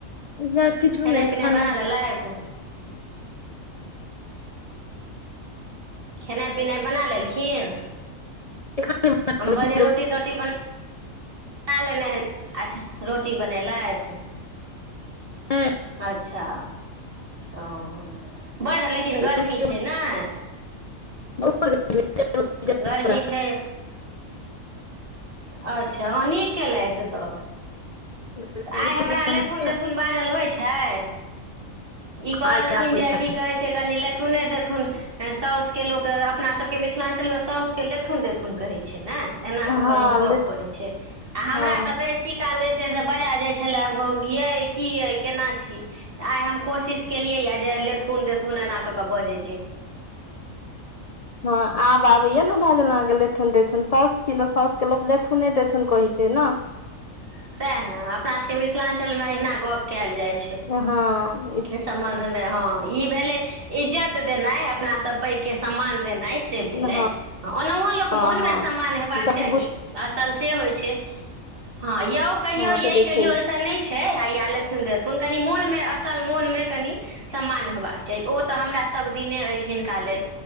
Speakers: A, on the left (about 75°); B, on the right (about 40°).
A: इएह किछो
B: खेनाइ
A: नहि
B: पिनाइ
A: खाना
B: बना लेलैथ खेनाइ पिनाइ बना लेलखिन
A: खाना बनबै
B: हम
A: छी,
B: कहलियै रोटी तोटी बना बना लेने हइ अच्छा रोटी बनेलेथ
A: नहि।
B: अच्छा ओ बड़ लेकिन गरमी
A: रोटी
B: छै नयि
A: <unintelligible> जल्दी
B: गर्मी छै अच्छा हाँ नीक कयलथ तऽ
A: बनाउ।
B: तऽ आइ
A: रोटी
B: हमरा
A: बनबै
B: लेथुन तेथुन बाजल होइ छै ई कहलखिन
A: आइ आबैये।
B: जे की कहै छै कनी ल लेथुने देथुन सासु के लोक अपना सबके के मिथिलांचल में साउस के लेथुन देथुन कहै छै एना क
A: हँ
B: क लोक गप
A: लेथ
B: करैयै छै हमरा
A: हँ
B: त बेसी काल जे छै बजा जाइ छलै की यै केना छी आइ हम कोशिश के जे लेथून देथुन एना क के बजै
A: हाँ आब आबैया ने बाजल अहाँके लेथुन तेथुन साउस सी साउस के लोक लेथुन देथुन कहै छै ना
B: सएह ने अपना सबके मिथिलांचल मे अहिना गप कयल जाइत
A: हाँ
B: सम्बन्ध मे हाँ ई भेलै इज्जत देनाई अपना से पैघ के सम्मान देनाई से भेलै
A: हँ
B: ओनाहो लोक
A: हँ
B: मोन
A: हँ
B: मे सम्मान हेबाक
A: जस
B: चाही हो छै ह यौ कहियौ
A: हँ
B: य
A: से तऽ
B: कहियौ
A: छै
B: ऐसन नहि छै या लेथून देथून कनि मोन मे असल मोन मे कनि सम्मान हेबाक छै ओ तऽ हमरा सब दिने अछि ह का लेल